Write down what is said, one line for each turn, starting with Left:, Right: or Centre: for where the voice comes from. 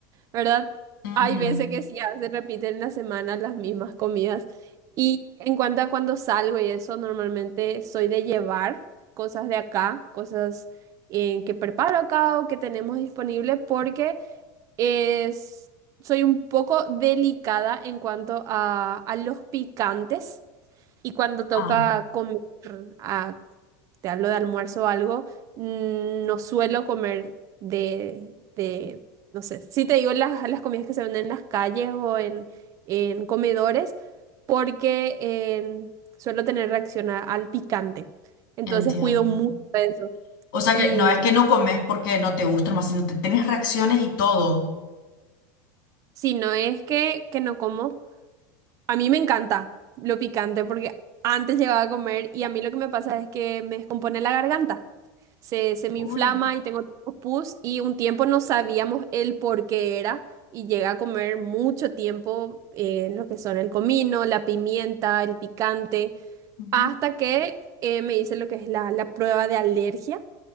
Right: ¿verdad?
Left: Ujú.
Right: Hay veces que sí, ya se repiten en la semana las mismas comidas. Y en cuanto a cuando salgo y eso, normalmente soy de llevar cosas de acá, cosas eh, que preparo acá o que tenemos disponible, porque es, soy un poco delicada en cuanto a, a los picantes. Y cuando toca
Left: Ah,
Right: comer a, te hablo de almuerzo o algo, mm, no suelo comer de, de, no sé, si te digo las, las comidas que se venden en las calles o en, en comedores, porque en- suelo tener reacción a- al picante. Entonces
Left: entiendo.
Right: cuido mucho eso.
Left: O sea
Right: Y
Left: que no es que no comes porque no te gusta más, sino que tenés reacciones
Right: mm,
Left: y todo.
Right: si no es que, que no como. A mí me encanta lo picante porque antes llegaba a comer y a mí lo que me pasa es que me descompone la garganta. Se, se me
Left: Uy.
Right: inflama y tengo tipo pus y un tiempo no sabíamos el por qué era y llegué a comer mucho tiempo eh, lo que son el comino, la pimienta, el picante,
Left: ujú.
Right: hasta que eh, me hice lo que es la, la prueba de alergia